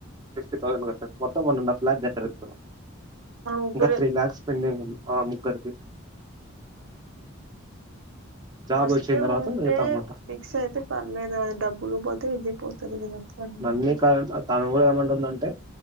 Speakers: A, on the right (about 20°); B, on the right (about 65°).
A: ఫిఫ్టీ థౌసండ్ కట్టరూ మొత్తం వన్ అండ్ హఫ్ లాక్ కట్టారు ఇప్పుడు
B: ఆ ముగ్గురే
A: ఇంకా త్రీ ల్యాక్స్ పెండింగ్ ఉంది ఆ ముగ్గురికి జాబ్
B: వస్తే
A: వచ్చిన తర్వాత
B: ఉంటే
A: మిగతా అమౌంట్
B: ఫిక్స్ అయితే పర్లేదు అది డబ్బులు పోతే ఇది పోతది కదా పనుంది
A: నన్నే కా తను కూడా ఏమంటుందంటే